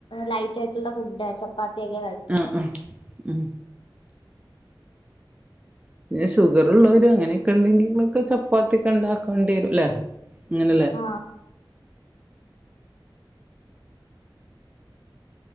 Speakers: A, on the left; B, on the right.
A: ലൈറ്റ് ആയിട്ടുള്ള ഫുഡാ ചപ്പാ ത്തിയൊക്കെയാ കഴിക്കുന്നെ
B: ആഹ് ആഹ് ഉം പിന്നെ ഷുഗറ് ഉള്ളോര് അങ്ങനെക്കെ ഉണ്ടെങ്കിലൊക്കെ ചപ്പാത്തി ഒക്കെ ഇണ്ടാക്കേണ്ടി വരുല്ലേ അങ്ങനെല്ലേ
A: ആഹ്